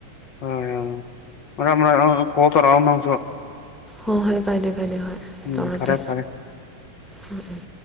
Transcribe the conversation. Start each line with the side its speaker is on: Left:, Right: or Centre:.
Left: <unintelligible>
Centre: ꯍꯣꯏ ꯍꯣꯏ ꯀꯥꯏꯗꯦ ꯀꯥꯏꯗꯦ ꯍꯣꯏ
Left: ꯎꯝ
Centre: ꯇꯧꯔꯛꯀꯦ
Left: ꯐꯔꯦ ꯐꯔꯦ
Centre: ꯎꯝ ꯎꯝ